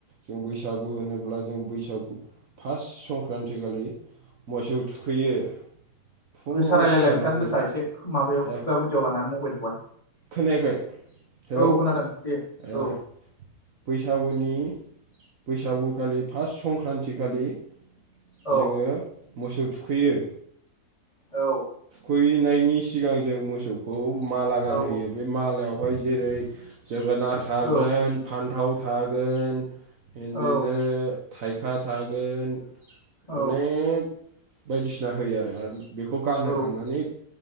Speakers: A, on the right; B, on the left.
A: जों बैसागु होनोब्ला जों बैसागु फास संक्रान्ति खालि मोसौ थुखैयो। फुङाव
B: गोसा रायलायलाय
A: सिखारनानै
B: नोंथां गोसाय एसे माबायाव
A: ए
B: खुगा गुदियाव लानानै मबाइल खौहाय
A: खोनायाखै हेलौ
B: औ खोनादों दे
A: ए
B: औ
A: बैसागुनि बैसागुखालि फास्ट संक्रान्ति खालि जोङो
B: औ
A: मोसौ थुखैयो।
B: औ
A: फैनायनि सिगां जों मोसौखौ माला गानहोयो
B: औ
A: बे मालायाव बाय जेरै जोगोनार थागोन
B: औ
A: फान्थाव थागोन एनदिनो
B: औ
A: थाइखा थागोन
B: औ
A: अनेग बायदिसिना होयो आरो आरो बेखौ गानो
B: औ
A: खांनानै